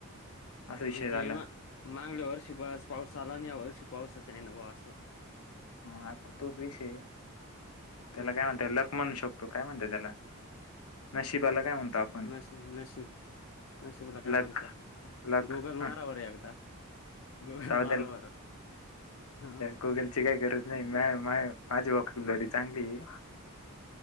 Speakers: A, on the left; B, on the left.
A: असा विषय
B: म्हणजे
A: झाला
B: हं मागल्या वर्षी बराच पाऊस आला, आणि या वर्षी पावसाच येइना बा असं.
A: हा आता तोच विषय. त्याला
B: हो
A: काय
B: ना.
A: म्हणत्या लक म्हणू शक तो काय म्हणत त्याला, नशिबाला काय म्हणतो आपण?
B: नशीम-नशीब नशीबाला काय म्हणतो,
A: लक लक
B: गुगल
A: ह
B: मारा बर एकदा. गुगल
A: जाऊ
B: मारा <inaudible> बर हं.
A: गुगल ची काही गरच नाही. मा -माय-माझी होक्यांब्लरी चांगलीये.
B: <unintelligible>